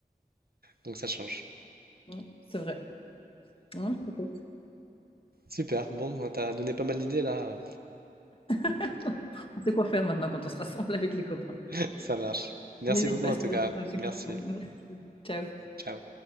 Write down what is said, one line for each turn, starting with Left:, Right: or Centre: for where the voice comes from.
Right: Donc ça change.
Left: Mm, c'est vrai. Hein, peut-être.
Right: Super. Bon, t'as donné pas mal d'idées là.
Left: <laughs> on sait quoi faire maintenant quand on se rassemble avec les copains.
Right: <laughs> Ça marche. Merci
Left: N'hésite
Right: beaucoup
Left: pas
Right: en
Left: sur
Right: tout
Left: d'autres
Right: cas.
Left: suggestions.
Right: Merci.
Left: Merci. Ciao.
Right: Ciao.